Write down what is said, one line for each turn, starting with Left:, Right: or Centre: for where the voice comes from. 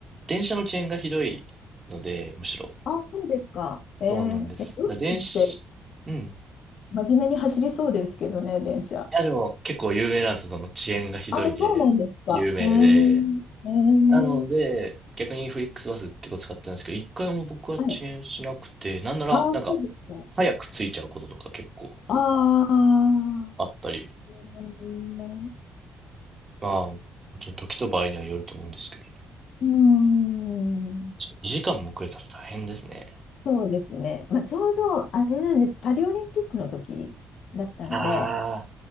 Right: 電車の遅延がひどいので、むしろ。
Left: あ、そうですか。
Right: そうなんです。
Left: えー、え、ドイツって
Right: だから電車、うん。い
Left: 真面目に走りそうですけどね、電車。
Right: や、でも結構有名なんです。その遅延がひどいで、
Left: あ、そうなんですか。
Right: 有名で。
Left: えー、えー、
Right: なので、逆にフリックスバス結構使ってるんですけど、一回も僕は遅延しなくて、
Left: はい。
Right: なんなら、
Left: あ、
Right: なんか、
Left: そうですか。
Right: 早く着いちゃうこととか結構
Left: ああ、
Right: あったり。
Left: えー、
Right: まあ、もちろん時と場合にはよると思うんですけどね、
Left: うーん、
Right: 2時間も遅れたら大変ですね。
Left: そうですね。まあ、ちょうど、あれなんです。パリオリンピックの時だったんで、
Right: ああ、